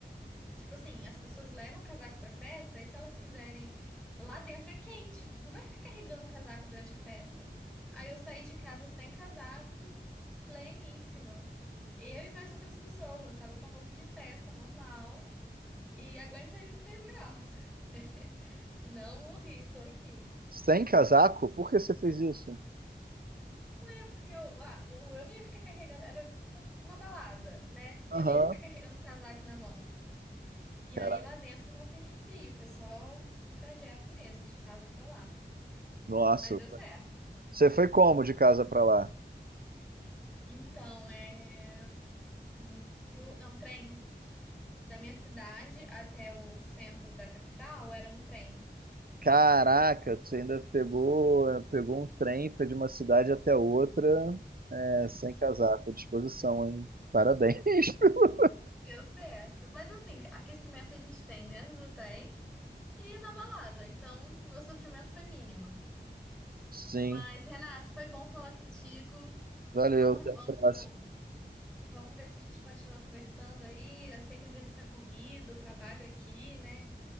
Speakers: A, in the centre; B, on the right.
A: tipo assim, as pessoas levam casaco pra festa, e se elas quiserem, lá dentro é quente, não vai ficar carregando casaco durante a festa. Aí eu saí de casa sem casaco, pleníssima. Eu e mais outras pessoas, tava com a roupa de festa normal. E aguentei os três graus. <laughs> Não morri, tô aqui.
B: Sem casaco? Por que você fez isso?
A: É porque eu, ah, o- eu não ia ficar carregando, era um- uma balada, né?
B: Aham.
A: Eu não ia ficar carregando o casaco na mão. E
B: Cara,
A: aí lá dentro eu não senti frio, foi só o o trajeto mesmo, de casa pra lá.
B: nossa.
A: Mas deu certo.
B: Você foi como de casa pra lá?
A: Então, é metrô, não, trem. Da minha cidade até o centro da capital era um trem.
B: Caraca, você ainda pegou, eh, pegou um trem foi de uma cidade até outra, é, sem casaco. Disposição, hein? Parabéns. <laughs>
A: Deu certo. Mas assim, aquecimento a gente tem dentro do trem. E na balada, então meu sofrimento foi mínimo.
B: Sim.
A: Mas, Renato, foi bom falar contigo.
B: Valeu,
A: Vamos,
B: até a
A: vamos,
B: próxima.
A: vamos ver se a gente continua conversando aí. Eu sei que a vida tá corrida, o trabalho aqui, né,